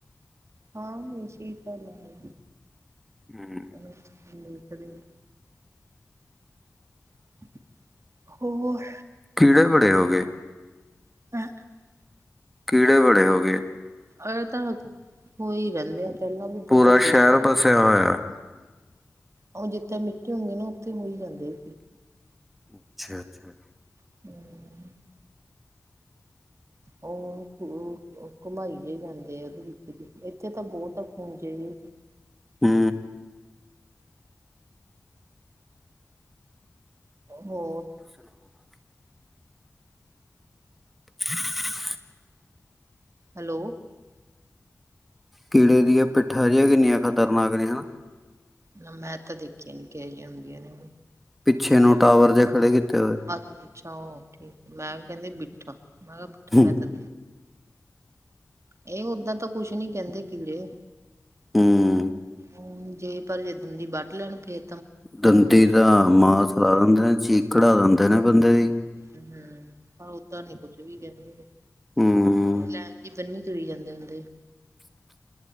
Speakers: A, on the right (about 55°); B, in the centre.
A: ਹਾਂ ਵੀ ਸਹੀ ਗੱਲ ਐ
B: <unintelligible>
A: <unintelligible> <inaudible> ਹੋਰ
B: ਕੀੜੇ ਬੜੇ ਹੋ ਗਏ
A: <unintelligible>
B: ਕੀੜੇ ਬੜੇ ਹੋ ਗਏ
A: ਅ ਤਾਂ ਹੋ ਹੀ ਰਹਿੰਦੇ ਆ ਪਹਿਲਾਂ ਵੀ
B: ਪੂਰਾ
A: ਬਹੁਤ ਸੀ
B: ਸ਼ਹਿਰ ਵਸਿਆ ਹੋਇਆ
A: ਉਹ ਜਿੱਥੇ ਮਿੱਟੀ ਹੁੰਦੀ ਨਾ ਉੱਥੇ ਹੋ ਹੋਈ ਜਾਂਦੇ
B: ਅੱਛਾ ਅੱਛਾ
A: <unintelligible> ਉਹ ਘੁਮਾਈ ਜੇ ਜਾਂਦੇ ਉਹਦੇ ਵਿੱਚ ਵੀ ਇੱਥੇ ਤਾਂ ਬਹੁਤ ਆ <unintelligible>
B: ਹੂੰ
A: ਹੋਰ
B: <unintelligible> <unintelligible>
A: ਹੈਲੋ
B: ਕੀੜੇ ਦੀਆਂ ਪਿੱਠਾਂ ਜਿਹੀਆਂ ਕਿੰਨੀਆਂ ਖ਼ਤਰਨਾਕ ਨੇ ਹਨਾ
A: ਨਾ ਮੈਂ ਤਾਂ ਦੇਖੀਆਂ ਨੀ ਕਿਹੀਆਂ ਹੁੰਦੀਆਂ ਨੇ
B: ਪਿੱਛੇ ਨੂੰ ਟਾਵਰ ਜ ਖੜੇ ਕੀਤੇ ਹੋਏ
A: ਆ ਅੱਛਾ ਉਹ ਠੀਕ ਹੈ ਮੈਂ ਕਿਹਾ ਕਹਿੰਦੀ ਬਿੱਠਾ ਮੈਂ ਕਿਹਾ ਬਿੱਠਾ
B: ਹੂੰ,
A: ਮੈਂ ਤਾਂ ਇਹ ਓਦਾਂ ਤਾਂ ਕੁਛ ਨੀ ਕਹਿੰਦੇ ਕੀੜੇ
B: ਹਮ
A: ਹ ਜੇ ਪਰ ਜੇ ਦੰਦੀ ਵੱਢ ਲੈਣ ਫਿਰ
B: ਦੰਦੀ ਦਾ ਮਾਸ ਲਾ ਦਿੰਦੇ ਨੇ ਚੀਕ ਕਢਾ ਦਿੰਦੇ ਨੇ ਬੰਦੇ ਦੀ
A: ਹਮ ਓਦਾ ਨੀ ਕੁਛ ਵੀ ਕਹਿੰਦੇ
B: ਹੂੰ,
A: ਲੈ ਕੇ ਬੰਨੀ ਚਰੀ ਜਾਂਦੇ ਹੁੰਦੇ